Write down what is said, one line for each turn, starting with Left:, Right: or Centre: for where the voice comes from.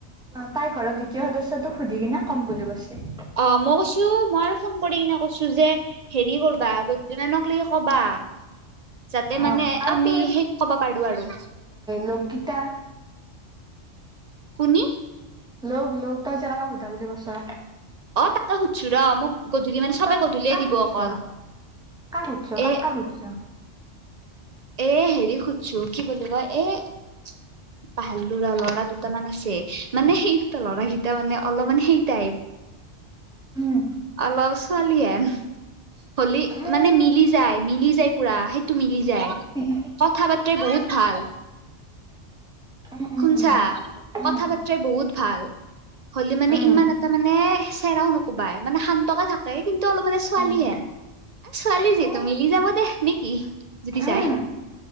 Centre: অ', তাই ঘৰত দ্বিতীয় সদস্যটোক সুধি কিনে কম বুলি কৈছি।
Right: অ', মই কৈছো, মই আৰু ফোন কৰি কিনে কৈছো যে হেৰি কৰবা <unintelligible> লৈগি ক'বা। যাতে
Centre: অ
Right: মানে
Centre: আৰু
Right: আমি
Centre: তোৰ
Right: শেষ কবা পাৰো আৰু।
Centre: লগগীতা
Right: কোনি?
Centre: লগ লগ, তই যে কাবাক সুধা বুলি কছা।
Right: অ', তাকে সোধছো ৰ মোক গধূলি মানে <unintelligible>
Centre: ত, কাক
Right: দিব
Centre: সোধছ,
Right: অকল
Centre: কাক সোধছ, কাক
Right: এ
Centre: কাক সোধছ?
Right: এই হেৰিক সোধছো, কি বুলি কয়, এ পাহাৰলো ৰ লৰা দুটা মান আছে, মানে সেই দুটা লৰা কেইটা মানে অলপ মান সেই টাইপ
Centre: উম
Right: অলপ ছোৱালিহেন। হলি,
Centre: উম
Right: মানে মিলি যায়, মিলি যায় পুৰা সেইটো মিলি যায়।
Centre: <inaudible>
Right: কথা বাতৰাই বহুত ভাল।
Centre: উম
Right: শুনছা,
Centre: উম উম
Right: কথা বাৰ্তাই বহুত ভাল। হলি মানে
Centre: উম
Right: ইমান এটা মানে চেৰাও নকোবাই, মানে শান্তকে থাক কিন্তু অলপমানে ছোৱালী
Centre: উম
Right: হেন, ছোৱালী
Centre: উম
Right: যিহেতু
Centre: উম
Right: মিলি যাব দে নেকি? যদি
Centre: উম
Right: যায়,